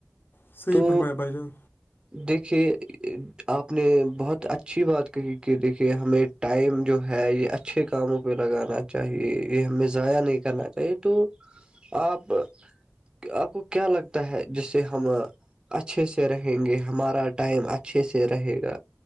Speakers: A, on the left; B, on the right.
A: صحیح
B: تو
A: فرمایا بھائی جان
B: دیکھیے آپ نے بہت اچھی بات کہی کہ دیکھیے ہمیں ٹائم جو ہے یہ اچھے کاموں پہ لگانا چاہیے یہ ہمیں ضائع نہیں کرنا چاہیے تو آپ آپ کو کیا لگتا ہے جس سے ہم اچھے سے رہیں گے ہمارا ٹائم اچھے سے رہے گا